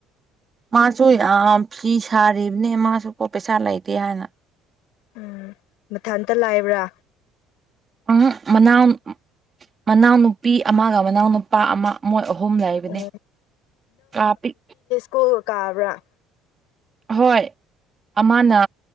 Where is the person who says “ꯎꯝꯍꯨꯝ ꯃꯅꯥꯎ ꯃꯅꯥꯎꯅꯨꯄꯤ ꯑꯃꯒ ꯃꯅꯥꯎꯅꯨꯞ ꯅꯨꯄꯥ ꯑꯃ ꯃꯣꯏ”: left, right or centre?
Right